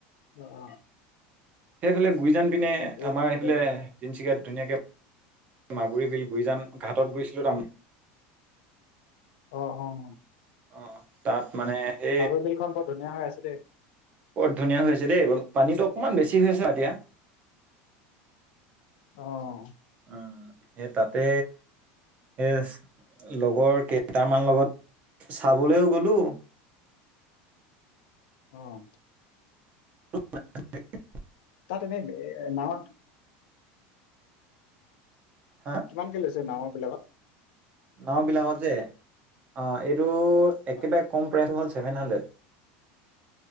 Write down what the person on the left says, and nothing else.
অ অ
একেই
একেই
অঁ অঁ অঁ।
সেই বিলখন বৰ ধুনীয়া হৈ আছে দেই।
অঁহহ।
অঁহ।
তাত এনেই এ নাৱত
কিমানক লৈছে নাও ৰ বিলাকত
অ